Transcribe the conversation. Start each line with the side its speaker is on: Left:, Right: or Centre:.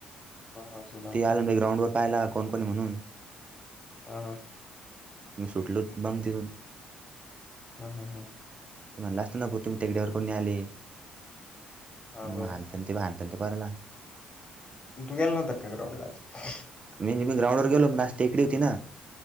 Left: हा हा. सुदाम
Right: ते
Left: सर
Right: आला बॅकग्राऊंड वर पाहिला कोण कोण म्हणून.
Left: हा हा
Right: मी सुटलो <unintelligible>
Left: हा हा हा
Right: मलाच नको तुम्ही तिघड्या वर कोणी आले, <unintelligible>
Left: हा बरोबर आहे.
Right: ते बांध ते बाराला
Left: तू गेला नव्हता का ग्राउंडला आज.
Right: म्हणजे मी ग्राउंडवर गेलो मास् टेकडी होती ना,